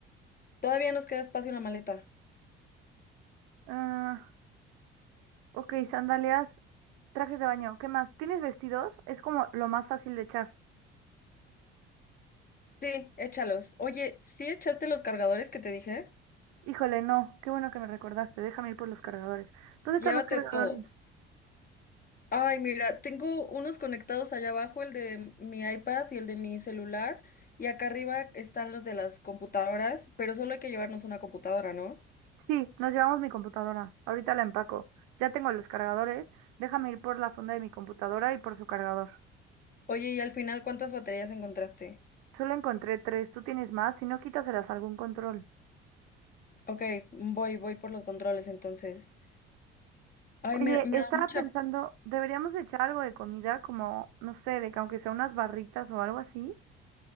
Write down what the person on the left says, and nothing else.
Todavía nos queda espacio en la maleta.
Sí, échalos. Oye, ¿sí echaste los cargadores que te dije?
Llévate
todo. Ay, mira, tengo unos conectados allá abajo, el de mi iPad y el de mi celular, y acá arriba están los de las computadoras, pero solo hay que llevarnos una computadora, ¿no?
Oye, y al final, ¿cuántas baterías encontraste?
Ok, voy, voy por los controles entonces. Ay,
me, me
da mucha...